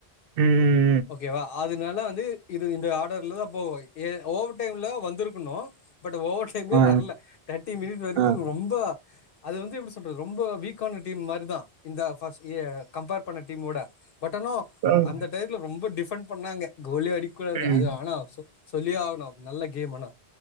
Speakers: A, on the right (about 65°); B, on the left (about 65°).
A: ம் ம்
B: ஓகேவா அதனால வந்து இது இந்த ஆ ன்டர்லதா போ ஏ ஓவர் டைம்ல வந்திருக்கணு பட் ஓவர் டைமே
A: ஆ
B: வர்ல தேர்ட்டி மினிட் வரைக்கு
A: ஆ
B: ரொம்ப அது வந்து எப்டி சொல்றது ரொம்ப வீக்கான டீம் மாரிதா இந்த ஃபர்ஸ் எ கம்பேர் பண்ண டீமோட பட் ஆனா
A: ம்.
B: அந்த டைத்துல ரொம்ப டிஃபண்ட் பண்ணாங்க கோலே அடிக்கூடாது
A: ம்,
B: அது ஆனா சொ சொல்லியே ஆகணு நல்ல கேம் ஆனா